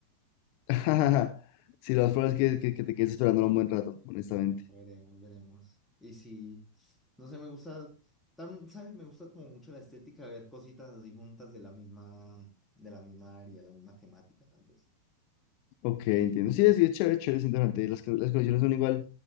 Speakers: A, on the left; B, in the centre.
A: <laughs> Si las flores que, que, que te quedes esperando un buen rato, honestamente.
B: No, veremos, veremos. Y sí, no sé, me gusta, tam- ¿sabes? Me gusta como mucho la estética de ver cositas así juntas de la misma, de la misma área, la misma temática, tal vez.
A: Ok, entiendo. Sí, es sí, es chévere, chévere, es interesante. Las, co- las colecciones son igual,